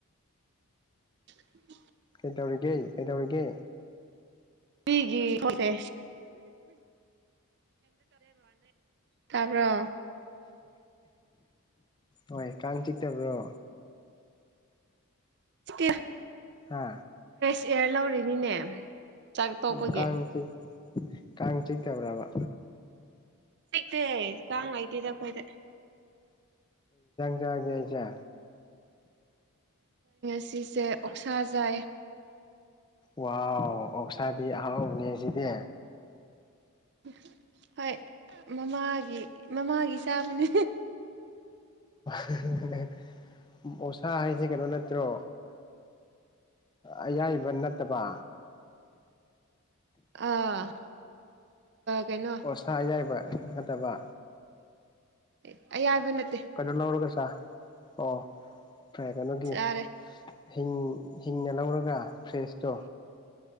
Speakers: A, on the right; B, on the left.
A: <inaudible>
B: ꯀꯩꯗꯧꯔꯤꯒꯦ ꯀꯩꯗꯧꯔꯤꯒꯦ
A: ꯍꯤꯒꯤ ꯇꯔꯦ ꯇꯥꯄ꯭ꯔ
B: ꯍꯣꯏ ꯀꯥꯡ ꯆꯤꯛꯇꯕ꯭ꯔꯣ
A: ꯁꯤꯇꯦ
B: ꯍꯥ
A: ꯑꯦꯌꯔ ꯂꯧꯔꯤꯅꯤꯅꯦ ꯆꯥꯛ ꯇꯣꯛꯄꯒꯤ
B: ꯎ ꯀꯥꯡ ꯆ ꯀꯥꯡ ꯆꯤꯛꯇꯕ꯭ꯔꯕ
A: ꯁꯤꯛꯇꯦ ꯀꯥꯡ ꯂꯩꯇꯦꯗ ꯑꯩꯈꯣꯏꯗ
B: ꯄꯖꯒꯦꯖ
A: ꯁꯤꯁꯦ ꯑꯣꯛꯁꯥꯖꯥꯏ
B: ꯋꯥ ꯑꯣꯛꯁꯥꯗꯤ ꯑꯍꯥꯎꯕꯅꯦ ꯁꯤꯗꯤ
A: ꯎꯝ ꯍꯣꯏ ꯃꯃꯥꯒꯤ ꯃꯃꯥꯒꯤ ꯆꯥꯕꯅꯦ
B: ꯑꯣꯁꯥ ꯍꯥꯏꯁꯦ ꯀꯩꯅꯣ ꯅꯠꯇ꯭ꯔꯣ ꯑꯌꯥꯏꯕ ꯅꯠꯇꯕ
A: ꯑꯥ ꯀꯩꯅꯣ
B: ꯑꯣꯁ ꯌꯥꯏꯕ ꯅꯠꯇꯕ
A: ꯑꯦ ꯑꯩꯌꯥ ꯍꯥꯏꯕ ꯅꯠꯇꯦ
B: ꯀꯩꯅꯣ ꯂꯧꯔꯒ ꯁꯥꯥ ꯑꯣ ꯐꯔꯦ ꯀꯩꯅꯣꯒꯤ
A: ꯆꯥꯔꯦ
B: ꯍꯤꯡ ꯍꯤꯡꯅ ꯂꯧꯔꯒ ꯐ꯭ꯔꯦꯁꯇꯣ